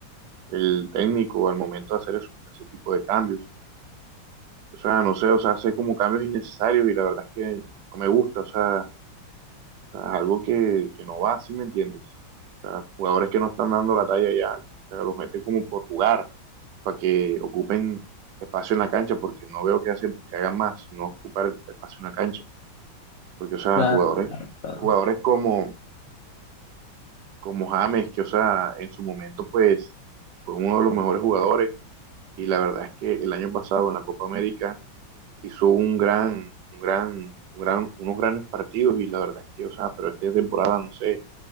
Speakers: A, on the right (about 65°); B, on the left (about 70°).
A: el técnico al momento de hacer eso, ese tipo de cambios. O sea, no sé, o sea, hace como cambios innecesarios y la verdad es que no me gusta, o sea, o sea, es algo que, que no va, ¿sí me entiendes? O sea, jugadores que no están dando la talla ya, o sea, los meten como por jugar, para que ocupen espacio en la cancha, porque no veo que hacen, que hagan más, no ocupar espacio en la cancha. Porque, o sea,
B: Claro,
A: jugadores,
B: claro, claro.
A: jugadores como, como James, que, o sea, en su momento, pues, fue uno de los mejores jugadores. Y la verdad es que el año pasado en la Copa América hizo un gran, un gran, un gran, unos grandes partidos. Y la verdad es que, o sea, pero esta temporada, no sé,